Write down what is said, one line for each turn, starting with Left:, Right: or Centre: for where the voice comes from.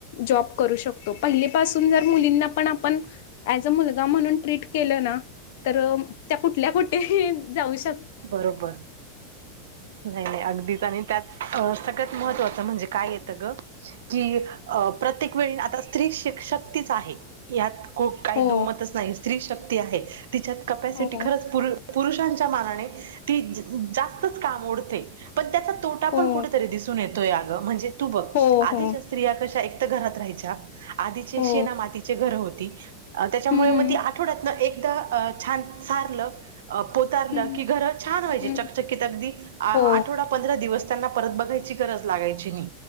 Left: जॉब करू शकतो, पहिलीपासून जर मुलींना पण आपण पण ऐज मुलगा म्हणून ट्रीट केलं ना तर त्या कुठल्या कुठे ही जाऊ श
Right: बरोबर! नाही नाही अगदीच आणि त्याच अ सगळ्यात महत्त्वाचं म्हणजे काय येतं ग की प्रत्येक वेळी आता स्त्री शिक शक्तीच आहे यात खुप काही
Left: हो
Right: दोमतच नाही स्त्री शक्ती आहे तिच्यात कपॅसिटी
Left: हो
Right: खरंच पुरु पुरुषांच्या मानाने. ती जास्तच काम ओडते पण त्याचा तोटा पण
Left: हो
Right: कुठेतरी दिसून येत बतोय आग म्हणजे तू बघ
Left: हो
Right: आधीच्या
Left: हो
Right: स्त्रिया कशा एक तर घरात राहायच्या आधीचे
Left: हो
Right: शेना मातीचे घर होती अ त्याच्यामुळे
Left: हम्म
Right: मग ती आठवड्यातन एकदा छान सार पोतारल
Left: हम्म
Right: की घर छान व्हायची
Left: हम्म
Right: चकचकीत अगदी आ
Left: हो
Right: आठवडा पंधरा दिवस त्यांना परत बघायची गरज लागायची ती